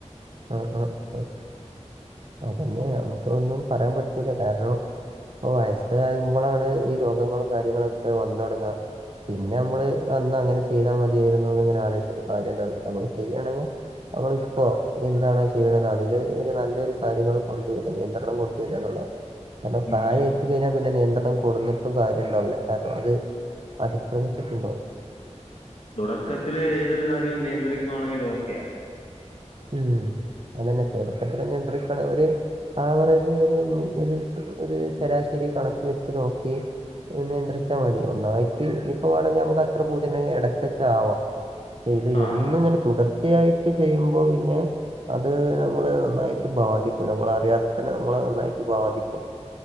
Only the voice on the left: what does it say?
ഉം
തുടക്കത്തിലെ ഏതൊരു കാര്യവും നിയന്ത്രിക്കുവാണെങ്കി ഓക്കെയാ.
ആഹ്